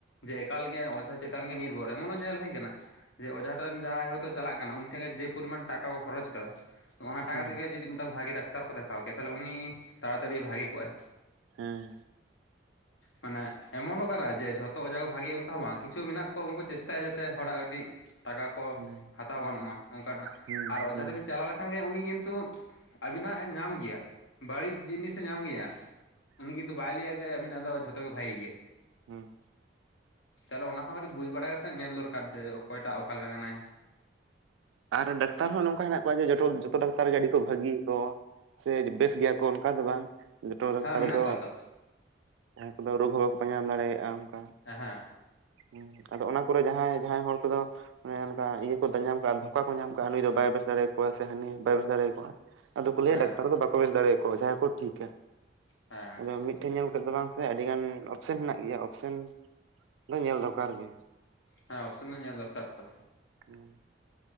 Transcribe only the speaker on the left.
ᱡᱮ ᱮᱠᱟᱞ ᱜᱮ ᱚᱡᱷᱟ ᱪᱮᱛᱟᱱ ᱜᱮ ᱱᱤᱨᱵᱷᱚᱨ ᱮᱢᱚᱱᱚ ᱧᱮᱞ ᱦᱩᱭ ᱠᱟᱱᱟ᱾ ᱡᱮ ᱚᱡᱷᱟ ᱴᱷᱮᱱ ᱡᱟᱦᱟᱸᱭ ᱦᱳᱭᱛᱚ ᱪᱟᱞᱟᱜ ᱠᱟᱱᱟ ᱩᱱᱤ ᱴᱷᱮᱱ ᱜᱮ ᱡᱮ ᱯᱚᱨᱤᱢᱟᱱ ᱴᱟᱠᱟ ᱠᱚ ᱠᱷᱚᱨᱚᱪ ᱟᱠᱟᱫᱟ᱾ ᱚᱱᱟ ᱴᱟᱠᱟ
ᱛᱮ ᱜᱮ ᱡᱩᱫᱤ ᱢᱤᱫ ᱴᱟᱝ ᱵᱷᱟᱜᱮ ᱫᱟᱠᱛᱟᱨ ᱠᱚ ᱫᱮᱠᱷᱟᱣ ᱠᱮᱭᱟ ᱛᱟᱦᱞᱮ ᱩᱱᱤ ᱛᱟᱲᱟ ᱛᱟᱲᱤ ᱵᱷᱟᱜᱮ ᱠᱚᱜᱼᱟᱭ᱾
ᱢᱟᱱᱮ ᱮᱢᱚᱱᱚ ᱠᱟᱱᱟ ᱡᱮ ᱡᱷᱚ ᱛᱚ ᱚᱡᱷᱟ ᱠᱚ ᱵᱷᱟᱜᱮᱭᱟ ᱚᱱᱠᱟ ᱦᱚᱸ ᱵᱟᱝ ᱠᱤᱪᱷᱩ ᱢᱮᱱᱟᱜ ᱠᱚᱣᱟ ᱩᱱᱠᱩ ᱪᱮᱥᱴᱟᱭ ᱡᱟᱛᱮ ᱦᱚᱲᱟᱜ ᱠᱟᱹᱴᱤᱡᱽ ᱴᱟᱠᱟ ᱠᱚ
ᱦᱟᱛᱟᱣ ᱜᱟᱱᱚᱜ ᱢᱟ ᱚᱱᱠᱟᱱᱟᱜ
ᱟᱨ ᱚᱡᱷᱟ
ᱴᱷᱮᱡ ᱵᱤᱱ ᱪᱟᱞᱟᱣ ᱞᱮ ᱠᱷᱟᱱ ᱜᱮ ᱩᱱᱤ ᱠᱤᱱᱛᱩ ᱟᱵᱤᱱᱟᱜ ᱮ ᱧᱟᱢ ᱜᱮᱭᱟ ᱵᱟᱹᱲᱤᱡᱽ ᱡᱤᱱᱤᱥᱮ ᱧᱟᱢ ᱜᱮᱭᱟ᱾ ᱩᱱᱤ ᱠᱤᱱᱛᱩ ᱵᱟᱭ ᱞᱟᱹᱭᱟ ᱡᱮ ᱟᱵᱤᱱᱟᱜ ᱫᱚ ᱡᱷᱚᱛᱚ ᱜᱮ ᱵᱷᱟᱜᱮ ᱜᱮᱭᱟ᱾
ᱛᱟᱦᱞᱮ ᱚᱱᱟ ᱠᱚᱸ ᱦᱚᱸ ᱠᱟᱹᱴᱤᱡ ᱵᱩᱡᱽ ᱵᱟᱲᱟ ᱠᱟᱛᱮᱫ ᱧᱮᱞ ᱫᱚᱨᱠᱟᱨ ᱡᱮ ᱚᱠᱚᱭ ᱴᱟᱜ ᱚᱠᱟ ᱞᱮᱠᱟ ᱠᱟᱱᱟᱭ᱾
ᱦᱮᱸ ᱢᱮᱱᱟᱜ
ᱠᱚᱣᱟ ᱛᱚ
ᱮᱸᱦᱮᱜ᱾
ᱦᱮᱸ
ᱦᱮᱸ
ᱦᱮᱸ ᱚᱯᱷᱥᱮᱱ ᱫᱚ ᱧᱮᱞ ᱫᱚᱨᱠᱟᱨ ᱛᱚ᱾